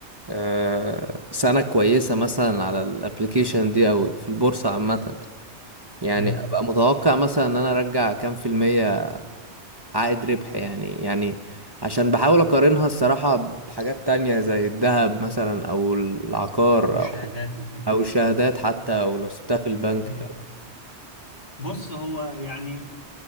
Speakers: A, on the right; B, on the left.
A: آه، سنة كويسة مثلا على الابليكيشن دي او في البورصة عامة يعني
B: امم
A: ابقى متوقع مثلا ان انا ارجع كام في المية عائد ربح يعني يعني عشان بحاول اقارنها الصراحة بحاجات تانية زي الذهب مثلا او العقار
B: والشهادات
A: او
B: وكده
A: او الشهادات حتى او لو سبتها في البنك
B: مم.
A: ف...
B: بص هو يعني